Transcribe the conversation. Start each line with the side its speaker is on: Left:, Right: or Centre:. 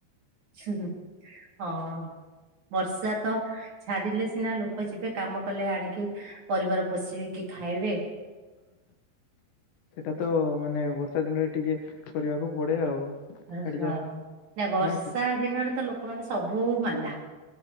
Right: ଉଁ ହଁ ବର୍ଷା ତ ଛାଡିଲେ ସିନା ଲୋକ ଯିବେ କାମ କଲେ ଆଣିକି ପରିବାର ପୋଷିବେ କି ଖାଇବେ।
Left: ସେଇଟା ତ ମାନେ ବର୍ଷା ଦିନରେ ଟିକେ କରିବାକୁ ପଡେ ଆଉ।
Right: ଓଁ
Left: ଆଡଜଷ୍ଟ
Right: ହଁ ବର୍ଷା
Left: ନା କି
Right: ଦିନରେ ତ ଲୋକମାନେ ସବୁ ମାନ୍ଦା।